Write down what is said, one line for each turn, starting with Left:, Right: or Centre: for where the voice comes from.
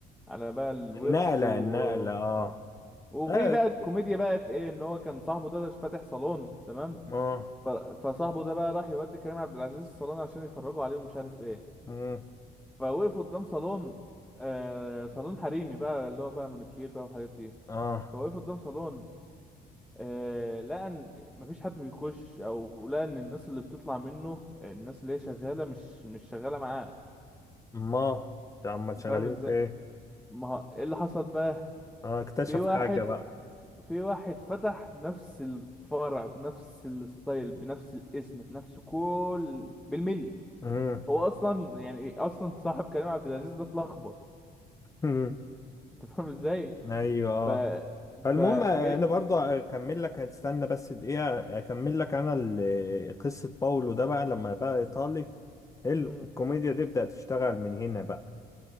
Centre: على بقى الورث
Left: النقلة
Centre: و...
Left: النقلة اه
Centre: وفي
Left: اه
Centre: بقى الكوميديا بقى في ايه ان هو كان صاحبه ده فاتح صالون تمام
Left: اه
Centre: ف... فصاحبه ده بقى راح يودي كريم عبد العزيز الصالون عشان يفرجوا عليه ومش عارف ايه
Left: مم.
Centre: فوقفوا قدام صالون آه... صالون حريمي بقى اللي هو بقى منوكير بقى والحاجات دي
Left: اه
Centre: فوقفوا قدام صالون آه، لقى ان مفيش حد بيخش او لقى ان الناس اللي بتطلع منه الناس اللي هي شغاله مش مش شغاله معاه
Left: ما عم شغالين
Centre: فاهم ازاي
Left: في ايه
Centre: ما هو ايه اللي حصل بقى
Left: اه اكتشف
Centre: في واحد
Left: حاجة بقى
Centre: في واحد فتح نفس الفرع بنفس الستايل بنفس الاسم بنفس كل بالملي
Left: مم.
Centre: هو اصلا يعني اصلا صاحب كريم عبد العزيز ده اتلخبط
Left: <laughs>
Centre: <laughs> انت فاهم ازاي
Left: ايوه اه
Centre: ف
Left: فالمهم
Centre: فجاي
Left: آه، انا برضو اكمل لك هتستنى بس دقيقه اكمل لك انا ال- قصه باولو ده بقى لما بقى ايطالي حلو
Centre: مم،
Left: الكوميديا دي بدات تشتغل من هنا بقى